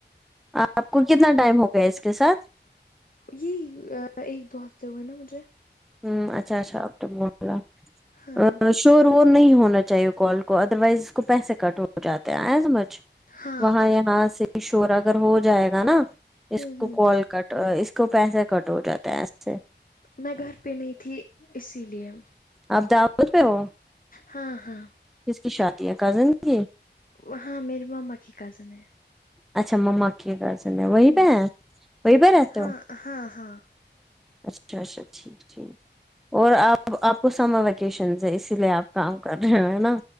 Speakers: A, in the centre; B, on the left.
A: آپ کو کتنا ٹائم ہو گیا اس کے ساتھ
B: یہ ایک دو ہفتے ہوئے نا مجھے
A: ہوں اچھا اچھا ا بلہ
B: ہاں
A: <unintelligible> شور وور نہیں ہونا چاہیے کال کو ادر وائز اس کو پیسے کٹ ہو جاتے آیا سمجھ
B: ہاں
A: وہاں یہاں سے شور اگر ہو جائے گا نا اس
B: ہوں
A: کو
B: ہوں
A: کال کٹ اس کو پیسے کٹ ہو جاتے ہیں ایج سے
B: میں گھر پہ نہیں تھی اسی لیے
A: اب دعوت پہ ہو
B: ہاں ہاں
A: کس کی شادی ہے کزن کی
B: وہ ہاں میری مما کی کزن ہے
A: اچھا مما کی کزن ہے وہیں
B: ہاں
A: پہ ہے وہیں پہ رہتے
B: ہاں
A: ہو
B: ہاں ہاں
A: اچھا اچھا ٹھیک ٹھیک اور آپ آپ وہ سمر ویکیشن سے ہے اسی لیے آپ کام کر رہے ہو نا